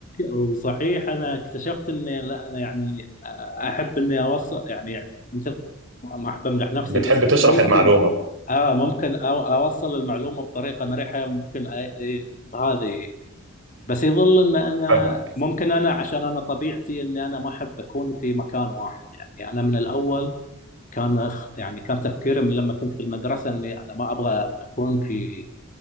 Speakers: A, on the left; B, on the right.
A: وصحيح انا اكتشفت اني لا انا يعني احب اني اوصل يعني مثل ما احب امدح نفسي
B: بتحب
A: بس
B: تشرح
A: ممكن
B: المعلومة
A: اه ممكن أو اوصل المعلومه بطريقه مريحه ممكن أ- أ- بهذه بس يظل ان انا
B: فاهمة
A: ممكن انا عشان انا طبيعتي اني انا ما احب اكون في مكان واحد يعني انا من الاول كان خ- يعني كان تفكيري من لما كنت في المدرسة إني أنا ما أبغى أكون في